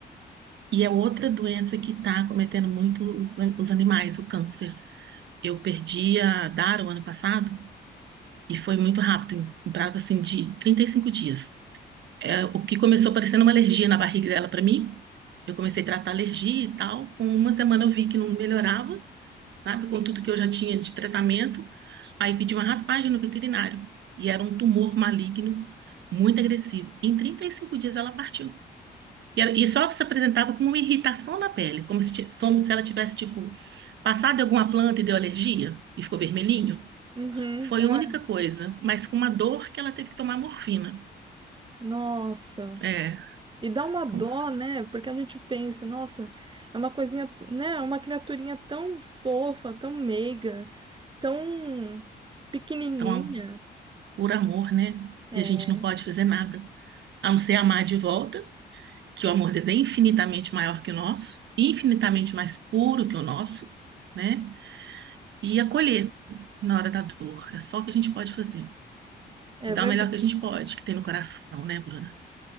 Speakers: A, on the right (about 80°); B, on the right (about 25°).
A: E é outra doença que está cometendo muito os, os animais, o câncer. Eu perdi a Dara o ano passado e foi muito rápido, em em prazo assim de 35 dias. É, o que começou parecendo uma alergia na barriga dela para mim, eu comecei a tratar alergia e tal. Com uma semana eu vi que não melhorava, sabe, com tudo que eu já tinha de tratamento. Aí pedi uma raspagem no veterinário e era um tumor maligno, muito agressivo. Em 35 dias ela partiu. E, ela- e só se apresentava como uma irritação na pele, como se, ti- como se ela tivesse, tipo, passado em alguma planta e deu alergia e ficou vermelhinho.
B: Uhum.
A: Foi
B: Ai,
A: a única coisa, mas com uma dor que ela teve que tomar morfina.
B: nossa.
A: É,
B: E dá uma dó,
A: então,
B: né? Porque a gente pensa, nossa, é uma coisinha, né? É Uma criaturinha tão fofa, tão meiga, tão pequenininha.
A: então, por amor, né?
B: É
A: E a gente não pode fazer nada, a não ser amar de volta, que o amor deles é infinitamente maior que o nosso, infinitamente mais puro que o nosso, né? E acolher na hora da dor. É só o que a gente pode fazer.
B: é
A: E dar
B: verdade,
A: o melhor que a gente pode, que tem no coração, né, Bruna?